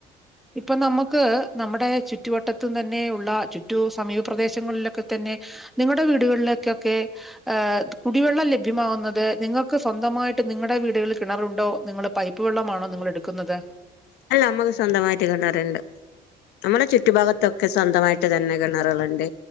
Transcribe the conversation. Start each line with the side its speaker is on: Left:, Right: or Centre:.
Centre: ഇപ്പൊ നമുക്ക് നമ്മുടെ ചുറ്റുവട്ടത്തും തന്നെയുള്ള ചുറ്റു സമീപപദേശങ്ങളിലൊക്കെ തന്നെ നിങ്ങളുടെ വീടുകളിലേക്കൊക്കെ കുടിവെള്ളം ലഭ്യമാവുന്നത് നിങ്ങൾക്ക് സ്വന്തമായിട്ട് നിങ്ങളുടെ വീടുകളിൽ കിണറുണ്ടോ നിങ്ങൾ പൈപ്പ് വെള്ളമാണോ നിങ്ങൾ എടുക്ക- ക്കുന്നത്
Left: അല്ല ഞമ്മക്ക് സ്വന്തമായിട്ട് കെണറുണ്ട് നമ്മുടെ ചുറ്റുഭാഗത്തും ഒക്കെ സ്വന്തമായിട്ട് തന്നെ കിണറുകളുണ്ട്